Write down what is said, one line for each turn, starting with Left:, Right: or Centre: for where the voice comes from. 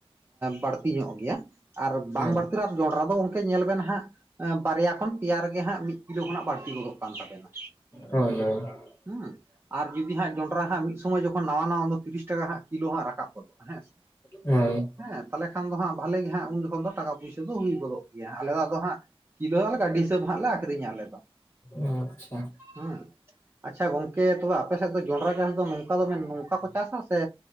Right: ᱵᱟᱹᱲᱛᱤ ᱧᱚᱜ ᱜᱮᱭᱟ᱾ ᱟᱨ ᱵᱟᱝ
Left: ᱦᱳᱭ
Right: ᱵᱟᱹᱲᱛᱤ ᱡᱚᱱᱰᱨᱟ ᱫᱚ ᱚᱱᱠᱮ ᱧᱮᱞ ᱵᱮᱱ ᱦᱟᱸᱜ ᱵᱟᱨᱭᱟ ᱠᱷᱚᱱ ᱯᱮᱭᱟ ᱨᱮᱜᱮ ᱦᱟᱸᱜ ᱢᱤᱫ ᱠᱤᱞᱳ ᱠᱷᱚᱱᱟᱜ ᱵᱟᱹᱲᱛᱤ ᱜᱚᱫᱚᱜ ᱠᱟᱱ ᱛᱟᱵᱮᱱᱟ᱾
Left: ᱦᱳᱭ ᱦᱳᱭ ᱾
Right: ᱦᱩᱸ ᱟᱨ ᱡᱩᱫᱤ ᱦᱟᱸᱜ ᱡᱚᱸᱰᱨᱟ ᱦᱟᱸᱜ ᱢᱤᱫ ᱥᱚᱢᱚᱭ ᱡᱚᱠᱷᱚᱱ ᱱᱟᱣᱟ ᱱᱟᱣᱟ ᱩᱱ ᱫᱚ ᱛᱤᱨᱤᱥ ᱴᱟᱠᱟ ᱦᱟᱸᱜ ᱠᱤᱞᱳ ᱦᱟᱸᱜ ᱨᱟᱠᱟᱵ ᱜᱚᱫᱚᱜᱼᱟ ᱦᱮᱸ ᱥᱮ ᱾
Left: ᱦᱳᱭ᱾
Right: ᱦᱮᱸ ᱛᱟᱦᱚᱞᱮ ᱠᱷᱟᱱ ᱫᱚ ᱦᱟᱸᱜ ᱵᱷᱟᱞᱮ ᱜᱮ ᱦᱟᱸᱜ ᱩᱱ ᱡᱚᱠᱷᱚᱱ ᱫᱚ ᱴᱟᱠᱟ ᱯᱩᱭᱥᱟ ᱫᱚ ᱦᱩᱭ ᱜᱚᱫᱚᱜ ᱜᱮᱭᱟ᱾ ᱟᱞᱮ ᱫᱚ ᱟᱫᱚ ᱦᱟᱸᱜ ᱠᱤᱞᱳ ᱜᱟᱹᱰᱤ ᱦᱤᱥᱟᱹᱵᱽ ᱦᱟᱸᱜ ᱞᱮ ᱟᱠᱷᱨᱤᱧᱟ ᱟᱞᱮ ᱫᱚ᱾
Left: ᱟᱪᱪᱷᱟ᱾
Right: ᱦᱮᱸ ᱟᱪᱪᱷᱟ ᱜᱚᱝᱠᱮ ᱛᱚᱵᱮ ᱟᱯᱮ ᱥᱮᱫ ᱫᱚ ᱡᱚᱱᱰᱨᱟ ᱪᱟᱥ ᱫᱚ, ᱱᱚᱝᱠᱟ ᱫᱚ ᱢᱮᱱ ᱱᱚᱝᱠᱟ ᱠᱚ ᱪᱟᱥᱟ ᱥᱮ?